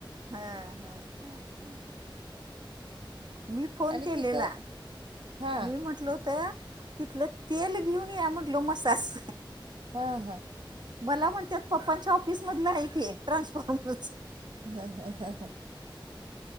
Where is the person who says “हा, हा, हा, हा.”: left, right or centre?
Right